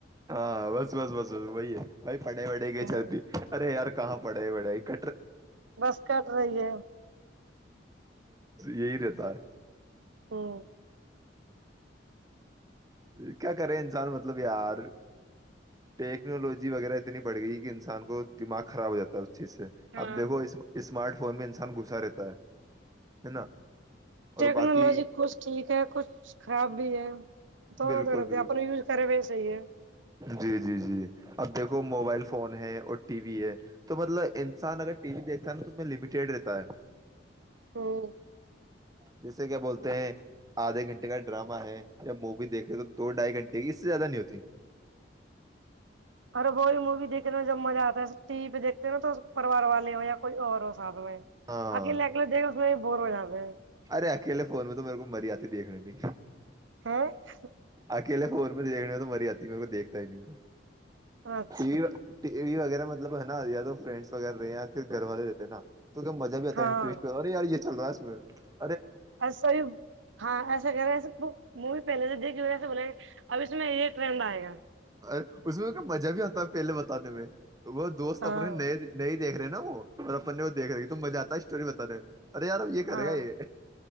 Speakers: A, on the right; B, on the right.
A: ہاں بس بس بس بس بی بائی پڑائی پڑے گئی
B: ہوں
A: چلتی ارے یار کہاںڑے ہے بڑائی ک
B: بس کرٹ رہی ہے
A: یہی رہتا ہے
B: ہوں
A: ایک کیا کرے انسان مطلب یار ٹیکنالوجی وغیرہ اتنی بڑھ گئی کہ انسان کو دماغ خراب ہو جاتا ہے اس چیز سے
B: ہاں
A: اپ دیکو اسمارٹ فون انسان گھسا رہتا ہے ہے نا اور
B: ٹیکنالوجی
A: باقی
B: کچھ ٹھیک ہے کچھ خراب بھی ہے تو
A: بالکل
B: نہ توتے
A: بالکل
B: اپنے یوز کرے بیس ہی ہے
A: جی جی جی اب دیکھو موبائل فون ہے اور ٹی وی ہے تو مطلب انسان اگر ٹی وی دیکھتا ہے نا تو اس میں لمیٹیڈ رہتا ہے
B: ہاں
A: جیسے کیا بولتے ہیں آدھے گھنٹے کا ڈراما ہے یا مووی دیکھ رہے تو دو ڈھائی گھنٹے اس سے زیادہ نہیں ہوتی
B: ارے ب موی دیکھناا جا مزہ آتا ہے ٹی وی پہ دیکتے ہیں نا تو پوار والے ہو یا کوئی اور ہو سادھ ہو
A: ہاں
B: آکی ل کے لو دیک بور ہو جا ہے
A: ارے اکیلے فون میں تو میرے کو مری آتی دیکھنے میں
B: ہاں <unintelligible>
A: اکیلا فون میں دیکھنے میں تو مریاد میں دیکھتا ہی نہیں ہ میں
B: اچھا
A: <unintelligible> ٹی وی ٹی وی وغیرہ مطلب ہے نا یا تو فرینڈس وغیر رہے یا پھر گھر والے رہتے نا توون کیا مزہ بھی آتا
B: ہاں
A: ہے انٹ ی یہ چل رہا ہے ہی
B: ایسا ہی ہاں ایسا کر رہے ایسے می پہلے سے دیکھ ہوئے بولیں گے اب اس میں یہ ٹرین ب آئے گا
A: ا اس میں مزہ بھی ہوتا پہلے بتا دیں میں وہ دوست
B: ہاں
A: اپنے نئے نئی دیکھے ہیں نا وہ اور اپنے وہ دیک رہے ہیں کہ تم مزہ آتا اسٹور بتا رہے ارے یار اب یہ کرے
B: ہاں
A: گا یہ